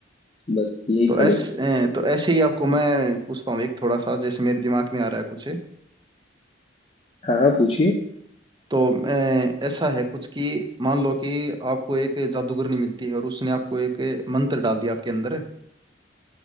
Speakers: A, on the left; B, on the right.
A: बस यही
B: तो
A: था
B: ऐसे
A: मेरा
B: तो ऐसे ही आपको मैं पूछता हूँ एक थोड़ा सा जैसे मेरे दिमाग में आ रहा है कुछ
A: हाँ हाँ पूछिए
B: तो अ, ऐसा है कुछ कि मान लो कि आपको एक जादूगरनी मिलती है और उसने आपको एक मंत्र डाल दिया आपके अंदर